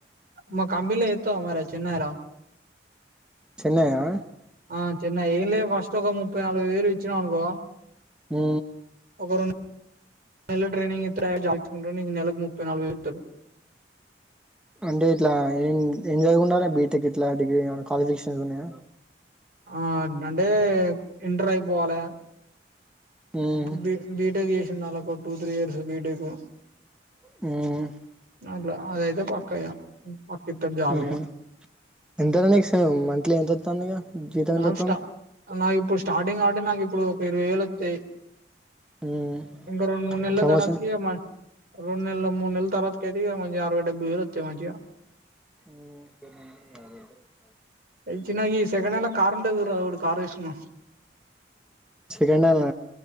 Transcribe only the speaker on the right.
మా కంపిన్లా చేత్తవా మరి చెెన్నైలా?
ఆ చెన్నై ఏంలే ఫస్ట్ ఒక ముప్పై నాలబై వేలు ఇచ్చినవు అనుకో
ఓరొం డు నెలలు ట్రైనింగ్ ఇత్తడు డైరెక్ట్ జాబ్ల పెట్టుకుంటడు. నీకు నెలకు ముప్పై నాలబై వేలు ఇస్తడు.
అ ఆ అంటే ఇంటర్ అయిపోవాలె.
బి బిటెక్ ఎన్నాళకో టూ త్రీ ఇయర్స్ బిటేక్
అట్లా అదయితే పక్కా ఇగ పక్కిత్తడు జాబ్
ఇగ
లాస్టా
నాకు ఇప్పుడు స్టార్టింగ్ కాబట్టి నాక్ ఇప్పుడు ఇరవై వెలు ఒత్తే
ఇంకో రెండు మూడు నెల్ల
తర్వాతకి మ రెండు నెల్లు ముడ్ నెల్ తర్వాత కైతే ఇగ మంచిగ అరవై డెబ్బయి వేలు ఒత్తయ్ మంచిగా
ఏ చిన్నగా చేయి సెకండ్ హ్యాండ్లా కార్ ఉండదు రాగుడ్ కార్ ఎస్కున్నా